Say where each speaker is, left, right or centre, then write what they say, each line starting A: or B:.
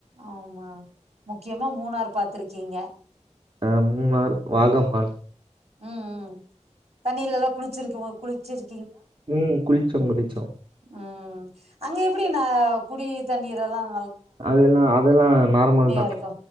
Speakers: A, on the right; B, on the right.
A: ஆமா முக்கியமா மூணார் பாத்துருக்கீங்க
B: ஆஹ் மூணார் வாகம்மாள்
A: உம் உம் தண்ணியிலலாம் குளிச்சிருக்கு குளிச்சிரு
B: உம் குளிச்சோம் குளிச்சோம்
A: ம் அங்க எப்படினா குடி தண்ணீரலாம்
B: அதுலா அதல்லாம் நார்மல் தான்
A: இருக்கு